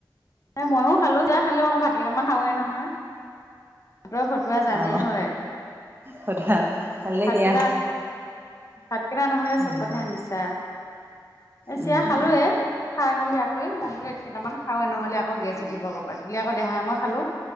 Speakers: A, on the left; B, on the right.
A: ময়ো খালো, সেয়াই খালে, আকৌ ভাত কেইটামান খাৱে নহয়। ভাতৰ ভটুৱা জানেই
B: অ
A: হয়,
B: সোধা ভালেই
A: ভাতকেইটা
B: দিয়া
A: ভাতকেইটা নহলে
B: উম
A: চব কথাই মিছা। এ চিৰা
B: উম
A: খালোয়ে, খাই মেলি আকৌ মই বোলো এই কেইটা মান খাও এ নহলে আকৌ গেছ উঠিব আকৌ পাই, বুলি, আকৌ দেহাই মই খালো।